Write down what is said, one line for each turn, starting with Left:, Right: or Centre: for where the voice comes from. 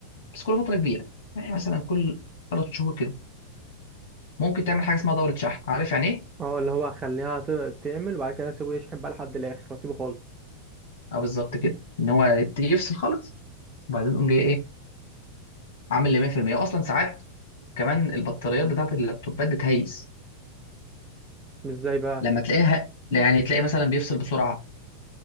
Left: بس كل فترة كبيرة يعني مثلا كل ثلاث شهور كده ممكن تعمل حاجة اسمها دورة شحن عارف يعني ايه؟
Right: اه اللي هو اخليها ت- تعمل وبعد كده اسيبه يشحن بقى لحد الاخر واسيبه خالص
Left: اه بالظبط كده ان هو يفصل خالص وبعدين قوم جاي ايه عامل لي 100% اصلا ساعات كمان البطاريات بتاعت اللابتوبات بتهيس
Right: مش ازاي بقى
Left: لما تلاقيها لا يعني تلاقي مثلا بيفصل بسرعه